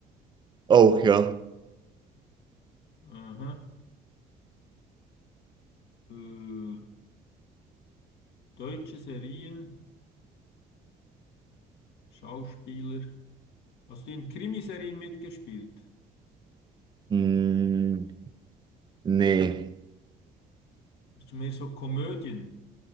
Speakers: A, on the right; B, on the left.
A: Auch, ja.
B: Aha. Äh, deutsche Serien, Schauspieler. Hast du in Krimiserien mitgespielt?
A: Hm, nee.
B: Hast du mehr so Komödien?